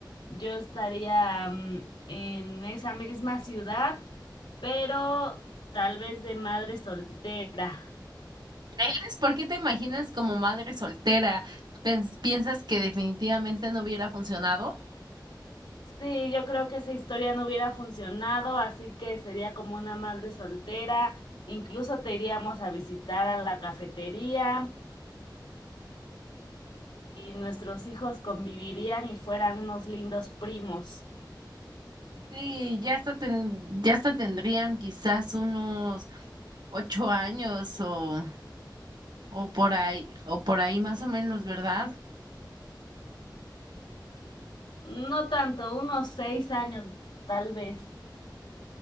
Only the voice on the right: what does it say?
¿Sabes por qué te imaginas como madre soltera? Pens- ¿Piensas que definitivamente no hubiera funcionado?
Sí, ya hasta ten- ya hasta tendrían quizás unos ocho años o... O por ahí, o por ahí más o menos, ¿verdad?